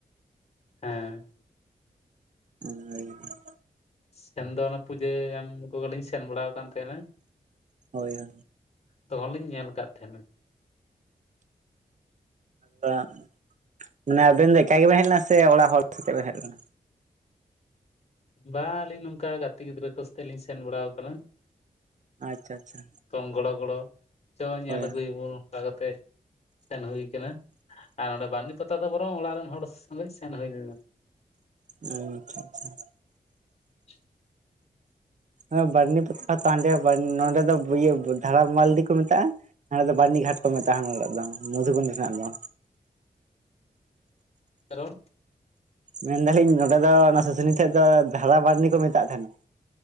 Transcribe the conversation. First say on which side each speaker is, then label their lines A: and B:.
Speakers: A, on the left (about 45°); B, on the right (about 55°).
A: ᱦᱮᱸ
B: ᱦᱩᱸ ᱦᱳᱭ ᱠᱟᱱᱟ
A: ᱥᱮᱱ ᱫᱚ ᱚᱱᱟ ᱯᱩᱡᱟᱹ ᱮᱢ ᱠᱚᱜᱮᱞᱤᱧ ᱥᱮᱱ ᱵᱟᱲᱟᱣ ᱠᱟᱱ ᱛᱮᱦᱮᱱᱟ
B: ᱦᱳᱭ ᱦᱳᱭ
A: ᱛᱚᱠᱷᱚᱱ ᱞᱤᱧ ᱧᱮᱞ ᱠᱟᱜ ᱛᱟᱦᱮᱱᱟ
B: ᱫᱚᱱ ᱢᱟᱱᱮ ᱟᱵᱮᱱ ᱫᱚ ᱮᱠᱟ ᱜᱮᱵᱮᱱ ᱦᱮᱡ ᱞᱮᱱᱟ ᱥᱮ ᱚᱲᱟᱜ ᱦᱚᱲ ᱥᱟᱛᱮ ᱵᱮᱱ ᱦᱮᱡ ᱞᱮᱱᱟ
A: ᱵᱟ ᱟᱹᱞᱤᱧ ᱱᱚᱝᱠᱟ ᱜᱟᱛᱮ ᱜᱤᱫᱽᱨᱟᱹ ᱠᱚ ᱥᱚᱛᱮᱜ ᱞᱤᱧ ᱥᱮᱱ ᱵᱟᱲᱟᱣ ᱠᱟᱱᱟ
B: ᱟᱪᱪᱷᱟ ᱟᱪᱪᱷᱟ
A: ᱛᱚᱝ ᱜᱲᱚ ᱜᱚᱲᱚ, ᱪᱚ ᱧᱮᱞ
B: ᱦᱳᱭ
A: ᱟᱹᱜᱩᱭᱟᱵᱩᱱ ᱚᱱᱠᱟ ᱠᱟᱛᱮ ᱥᱮᱱ ᱦᱩᱭ ᱠᱟᱱᱟ ᱟᱨ ᱱᱚᱰᱮ ᱵᱟ <inaudible> ᱯᱟᱛᱟ ᱫᱚ ᱵᱚᱨᱚᱝ ᱚᱲᱟᱜ ᱨᱮᱱ ᱦᱚᱲ ᱠᱚ ᱥᱮᱞᱮᱜ ᱥᱮᱱ ᱦᱩᱭ ᱞᱮᱱᱟ᱾
B: ᱚᱸᱻ <unintelligible> ᱟᱪᱪᱷᱟ ᱟᱪᱪᱷᱟ
A: ᱪᱚᱼᱡ
B: ᱦᱚ ᱵᱟᱨᱱᱤ ᱯᱟᱛᱟ ᱛᱚ ᱦᱟᱸᱰᱮ ᱱᱚᱰᱮ ᱫᱚ ᱤᱭᱟᱹ ᱫᱷᱟᱨᱟᱯ ᱢᱟᱞᱰᱤ ᱠᱚ ᱢᱮᱛᱟᱜᱼᱟ ᱾ ᱦᱟᱸᱲᱮ ᱫᱚ ᱵᱟᱹᱨᱱᱤᱜᱷᱟᱴ ᱠᱚ ᱢᱮᱛᱟᱜᱼᱟ ᱱᱚᱰᱮ ᱱᱟᱜ <inaudible> ᱫᱚ ᱢᱚᱫᱷᱩᱠᱩᱱ ᱴᱷᱮᱱᱟᱜ ᱫᱚ,
A: ᱠᱟᱨᱚᱱ
B: ᱢᱮᱱ ᱮᱫᱟᱞᱤᱧ ᱱᱚᱰᱮ ᱫᱚ ᱚᱱᱟ ᱥᱩᱥᱩᱱᱤ ᱴᱷᱮᱡ ᱫᱚ ᱫᱷᱟᱨᱟ ᱵᱟᱹᱨᱱᱤ ᱠᱚ ᱢᱮᱛᱟᱜ ᱛᱟᱦᱮᱱᱟ ᱾